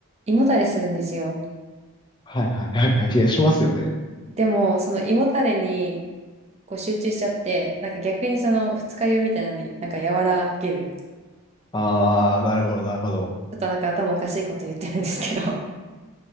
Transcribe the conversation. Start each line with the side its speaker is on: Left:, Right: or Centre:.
Right: 胃もたれするんですよ。
Left: はいはいはいはい。いや、しますよね。
Right: でも、その胃もたれにこう集中しちゃって、なんか逆にその二日酔いみたいなのになんか和らげる。
Left: ああ、なるほど、なるほど。
Right: ちょっとなんか頭おかしいこと言ってるんですけど。<laughs>